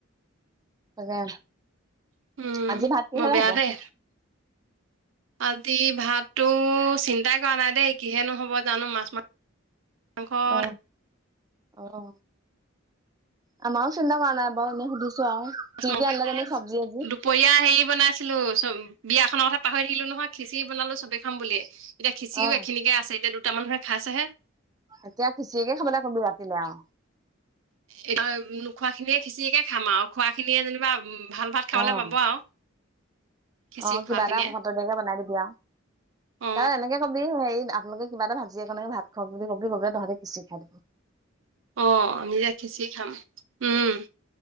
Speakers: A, on the right (about 20°); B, on the right (about 65°).
A: তাকে
B: উম
A: আজি ভাত কিহে
B: বৰ বেয়া
A: হব।
B: দেই আজি ভাতটো চিন্তাই কৰা নাই দেই কিহেনোহ'ব জানো মাছ-মাছ, মাংস
A: অ
B: ত
A: অ' আমও চিন্তা ম নবওনে সুধিছো আৰু
B: মাছ
A: কি
B: মংস
A: কি আনিলে
B: খাই
A: জানো
B: আহিছো
A: চব্জি আজি
B: দুপৰীয়া হেৰি বনাইছিলো চব। বিয়া খনৰ কথা পাহৰি থাকিলো নহয় খিচি বনালো চবেই খাম বিয়ে এতিয়া খিচিওখিনিকে
A: অ
B: আছে এতিয়া কেইটা মানুহে খাইছেহে।
A: এতিয়া খিচিয়কে খাবলৈ কবি ৰাতিলে আৰু।
B: এ নোখোৱা খিনিয়ে খিচিকে খাম আৰু খোৱা খিনিয়ে যেনিবা উম, ভাল-ভাত
A: অ',
B: খাবলৈ পাব আৰু। খিচিৰি
A: অ'
B: খোৱা
A: কিবা
B: খিনিয়ে
A: এটা সততীয়াকে বনাই দিবি আৰু
B: অ
A: ত এনেকে কবি হেৰি। আপোনালোকে কিবা এটা ভাজি এখনেৰে ভাত খাওঁ বুলি-বুলি গলে তহঁতে কিচি খাই দিব।
B: আহ নিজে খিচিৰি খাম উম